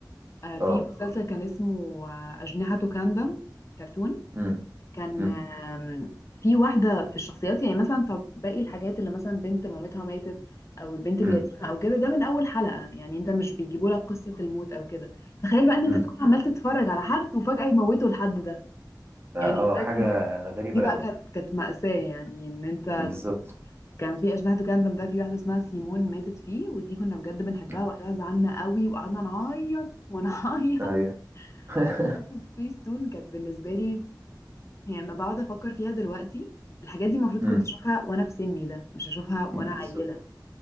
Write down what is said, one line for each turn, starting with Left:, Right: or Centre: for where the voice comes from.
Left: آه، في
Right: اه
Left: مسلسل كان اسمه آه، أجنحة كاندم كرتون
Right: امم
Left: كان
Right: امم
Left: آم، في واحدة في الشخصيات يعني مثلا طب باقي الحاجات اللي مثلا بنت مامتها ماتت أو البنت اليتيمة
Right: امم
Left: أو كده ده من أول حلقة يعني أنت مش بيجيبوا لك قصة الموت أو كده تخيل بقى إن أنت
Right: امم
Left: تكون عمال تتفرج على حد وفجأة يموتوا الحد ده
Right: اه
Left: يعني ده
Right: حاجة
Left: كان
Right: غريبة
Left: دي بقى
Right: قوي
Left: كانت كانت مأساة يعني إن أنت
Right: بالظبط
Left: كان في أجنحة كاندم ده في واحدة اسمها سيمون ماتت فيه ودي كنا بجد بنحبها
Right: مم.
Left: وقتها زعلنا قوي وقعدنا نعيط ونعيط
Right: ايوه <laughs>
Left: بجد سبيس تون كانت بالنسبة لي يعني لما بقعد أفكر فيها دلوقتي الحاجات دي المفروض
Right: امم
Left: كنت أشوفها وأنا في سني ده مش أشوفها وأنا
Right: بالظبط
Left: عيلة